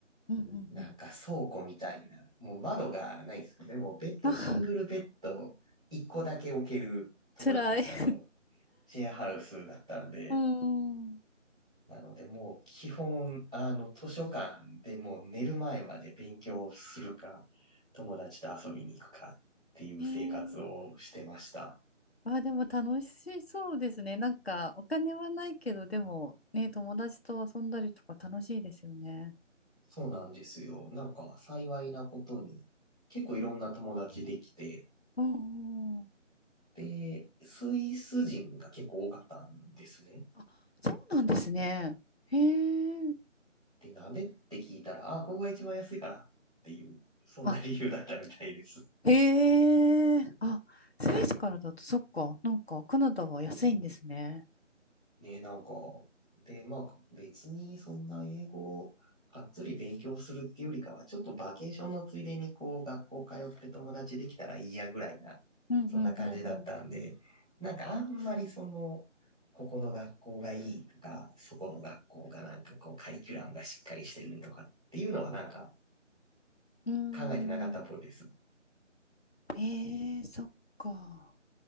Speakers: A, on the left; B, in the centre.
A: うんうん
B: なんか倉庫みたいな、もう窓がないですよね。でもベッド、
A: あうん。
B: シングルベッド1個だけ置けるとこだったんですよ。
A: あ、辛い。<laughs>
B: あの、シェアハウスだったんで。
A: うん。
B: なのでもう基本、あの、図書館でもう寝る前まで勉強するか、友達と遊びに行くかっていう生活をしてました。
A: へえ。あ、でも楽しそうですね。なんか、お金はないけど、でも、ね、友達と遊んだりとか楽しいですよね。
B: そうなんですよ。なんか幸いなことに、結構いろんな友達できて、
A: うんうん。
B: で、スイス人が結構多かったんですね。
A: あ、そうなんですね。へえ。
B: で、鍋って聞いたら、あ、ここが一番安いからっていう、そんな理由だったみたいです。
A: あ、へえ。あ、スイスからだと、そっか。なんか、カナダは安いんですね。
B: <laughs> ね、なんか、で、まあ、別にそんな英語をがっつり勉強するっていうよりかは、ちょっとバケーションのついでに、こう、学校通って友達できたらいいやぐらいな、
A: うんうんうん
B: そんな感じだったんで、なんかあんまりその、ここの学校がいいとか、そこの学校がなんかこう、カリキュラムがしっかりしてるとかっていうのはなんか
A: うん。
B: 考えてなかったっぽいです。
A: うーん。へえ、そっか。